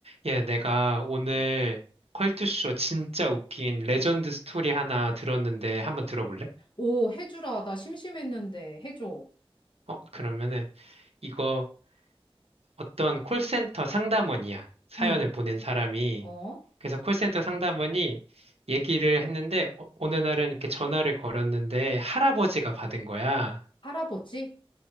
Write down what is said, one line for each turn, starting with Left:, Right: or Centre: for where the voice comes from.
Right: 예, 내가 오늘 컬투쇼 진짜 웃긴 레전드 스토리 하나 들었는데 한번 들어볼래?
Left: 오, 해주라. 나 심심했는데 해줘.
Right: 어, 그러면은 이거 어떤 콜센터 상담원이야. 사연을
Left: 응.
Right: 보낸 사람이.
Left: 어?
Right: 그래서 콜센터 상담원이 얘기를 했는데 어, 어느 날은 이렇게 전화를 걸었는데 할아버지가 받은 거야.
Left: 할아버지?